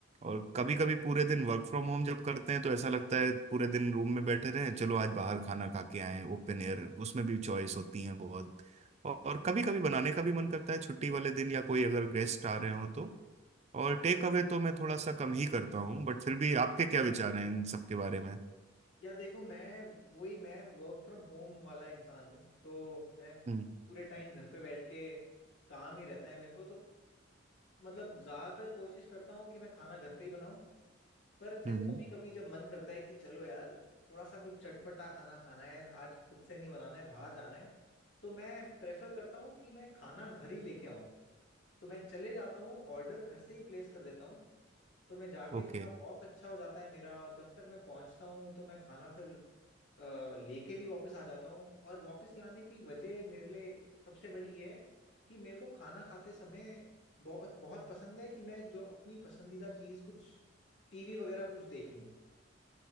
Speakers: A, on the right; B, on the left.
A: और कभी कभी पूरे दिन वर्क फ्रॉम होम जब करते हैं तो ऐसा लगता है पूरे दिन रूम में बैठे रहें चलो आज बाहर खाना खा के आए ओपन एयर उसमें भी चॉइस होती है बहुत और कभी कभी बनाने का भी मन करता है छुट्टी वाले दिन या कोई अगर गेस्ट आ रहे हो तो और टेक अवे तो मैं थोड़ा सा कम ही करता हूँ बट फिर भी आपके क्या विचार हैं इन सब के बारे में
B: या देखो मैं वही मैं वर्क फ्रॉम होम वाला इंसान हूँ तो मैं पूरे
A: हम्म
B: टाइम घर पे बैठ के काम ही रहता है मेरे को तो मतलब ज्यादातर कोशिश करता हूँ कि मैं खाना घर पे ही बनाऊं पर फिर
A: हम्म
B: कभी कभी जब मन करता है कि चलो यार थोड़ा सा कुछ चटपटा खाना खाना है आज खुद से नहीं बनाना है बाहर जाना है तो मैं प्रेफर करता हूँ कि मैं खाना घर ही लेके आऊं तो मैं चले जाता हूँ ऑर्डर घर से ही प्लेस कर देता हूँ तो मैं जाके
A: ओके
B: थोड़ा वॉक अच्छा हो जाता है मेरा और जब तक मैं पहुंचता हूँ तो मैं खाना फिर अ, लेके भी वापस आ जाता हूँ और वापस लाने की वजह मेरे लिए सबसे बड़ी ये है कि मेरे को खाना खाते समय बहुत बहुत पसंद है कि मैं जो अपनी पसंदीदा चीज़ कुछ टीवी वगैरह कुछ देख लूँ